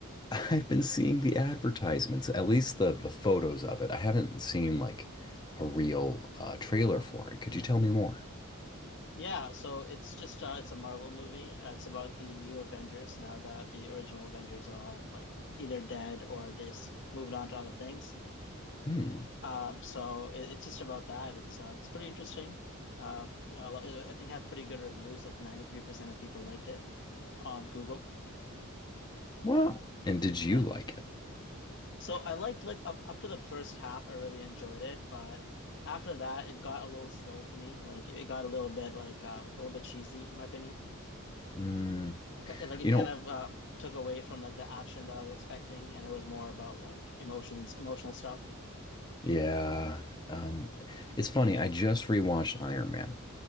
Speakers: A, on the left; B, on the left.
A: <laughs> I've been seeing the advertisements, at least the the photos of it. I haven't seen like a real uh, trailer for it. Could you tell me more?
B: Yeah, so it's just uh, it's a Marvel movie. Uh, it's about the new Avengers now that the original Avengers are all like either dead or they s- moved on to other things.
A: Hmm.
B: Um, so it, it's just about that. It's uh, it's pretty interesting. Um, you know, a lot- I think it had pretty good reviews. Like 93% of people liked it on Google.
A: Wow. And did
B: Yeah.
A: you like it?
B: So I liked like up up to the first half, I really enjoyed it, but after that, it got a little slow for me. Like it got a little bit like uh, a little bit cheesy in my opinion.
A: Hmm.
B: K- Like it
A: You
B: kind
A: know,
B: of uh, took away from like the action that I was expecting, and it was more about like emotions, emotional stuff.
A: yeah. Um, it's funny. I just rewatched Iron Man.